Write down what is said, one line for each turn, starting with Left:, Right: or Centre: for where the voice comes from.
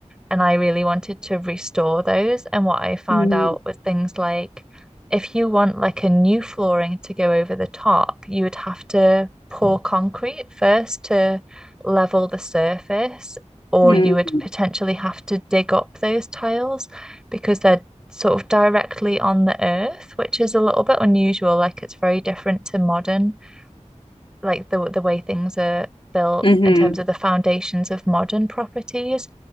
Centre: and I really wanted to restore those. And what I found
Left: Mm,
Centre: out was things like if you want like a new flooring to go over the top, you would have to pour concrete first to level the surface, or
Left: mm,
Centre: you would potentially have to dig up those tiles because they're sort of directly on the earth, which is a little bit unusual. Like it's very different to modern like the the way things are built
Left: mm-hmm,
Centre: in terms of the foundations of modern properties.